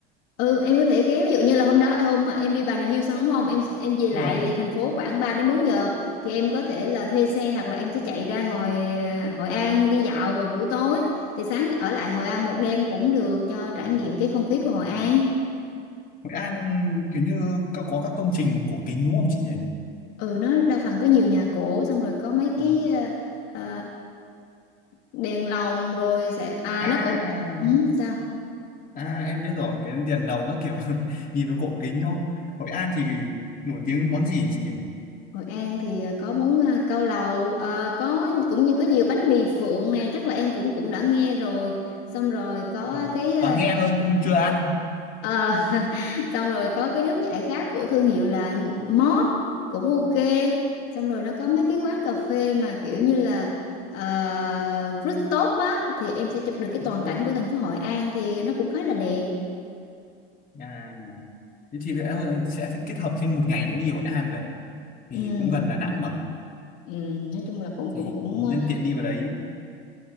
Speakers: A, on the left; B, on the left.
A: ừ em có thể ghé ví dụ như là hôm đó hôm mà em đi Bà Nà Hills xong đúng không em em về lại
B: Đúng rồi.
A: thành phố khoảng ba đến bốn giờ thì em có thể là thuê xe hoặc là em sẽ chạy ra ngoài à, Hội An đi dạo vào buổi tối thì sáng ở lại Hội An một đêm cũng được cho trải nghiệm cái không khí của Hội An
B: Hội An kiểu như có, có các công trình cổ kính đúng không chị nhỉ
A: ừ nó đa phần có nhiều nhà cổ xong rồi có mấy
B: Ừ.
A: cái à, à, đèn lồng rồi sẽ à
B: à
A: nó cũng ừ, sao
B: à em biết rồi cái đèn lồng các kiểu <laughs> nhìn nó cổ kính đúng không Hội An thì nổi tiếng món gì chị nhỉ
A: Hội An thì ờ, có bún ờ, cao lầu ờ, có cũng như có nhiều bánh mì phượng nè chắc là em cũng cũng đã nghe rồi xong rồi có
B: Vâng.
A: cái ờ,
B: toàn nghe thôi nhưng mà chưa ăn
A: ờ, <laughs> xong rồi có cái nước giải khát của thương hiệu là Mót cũng ok xong rồi nó có mấy cái quán cà phê mà kiểu như là uh, rooftop á thì em sẽ chụp được cái toàn
B: không
A: cảnh của thành phố Hội An thì nó cũng khá là đẹp
B: à thế thì lẽ là sẽ thì kết hợp thêm một ngày nữa đi Hội An vậy thì
A: Ừm,
B: cũng gần Đà Nẵng mà
A: ừm, nói chung là cũng
B: thì
A: cũng cũng
B: nhân
A: ờ,
B: tiện đi vào đấy